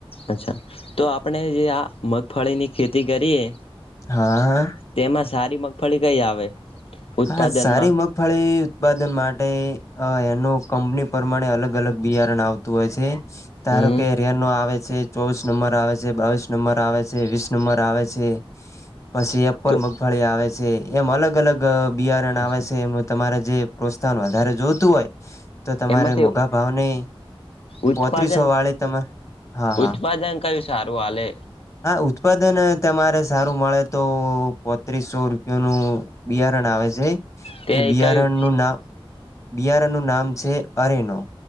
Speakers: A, on the left (about 75°); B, on the left (about 30°).
A: અચ્છા, તો આપણેે જે આ મગફળી ની ખેતી કરીએ.
B: હા.
A: તેમાં સારી મગફળી કઈ આવે. ઉત્પાદનમાં
B: હા. સારી મગફળી ઉત્પાદન માટે એ. એનું કંપની પ્રમાણે અલગ અલગ બિયારણ આવતું હોય છે. ધારો
A: હમ
B: કે રેનો આવે છે છે ચોવીસ નંબર આવે છે. બાવીસ નંબર આવે છે. વીસ નંબર આવે છે. પછી અપ્પ્લે
A: તો
B: મગફળી આવે છે. એમ અલગ અલગ. અ બિયારણ આવે
A: અચ્છા
B: છે. એમનું તમારે જે પ્રોત્સાહન વધારે જોતુ ઉગતું હોય તો તમારે
A: એમાંથી
B: મોઘા ભાવનની
A: ઉત્પાદન
B: પોત્રીસો વાળી તમારે હા હા
A: ઉત્પાદન કયું સારું હાલે
B: હા ઉત્પ ઉત્પાદન તમારે સારું મળે તો પોત્રીસસો રૂપિયા નું... બિયારણ આવે છે.
A: તે
B: એ બિયારણનું
A: કયું
B: નામ... બિયારણ નું નામ છે અરેનો.